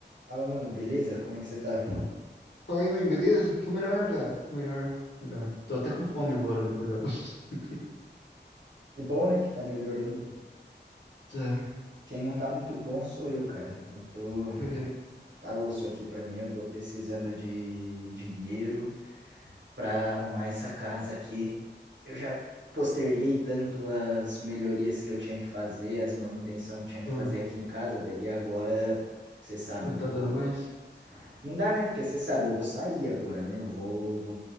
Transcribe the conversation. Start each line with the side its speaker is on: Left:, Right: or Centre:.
Right: Fala, mano, beleza? Como é que você tá?
Left: Fala aí, mãe, beleza? Tô melhor, cara. Tô melhor, melhor. Tô até com fome agora, depois da... <laughs>
Right: Que bom, né, que tá melhorando, velho.
Left: Tá, deixa
Right: Quem não tá muito bom sou eu, cara. Eu tô,
Left: eu ver.
Right: tá osso aqui pra mim, eu tô precisando de dinheiro pra arrumar essa casa aqui. Eu já posterguei tanto as melhorias que eu tinha que fazer, as manutenção que tinha que
Left: Ah,
Right: fazer aqui em casa, velho. E agora, você sabe,
Left: não tá
Right: eu vou
Left: dando mais?
Right: Não dá, né? Porque você sabe, eu vou sair agora, né? Eu vou, vou,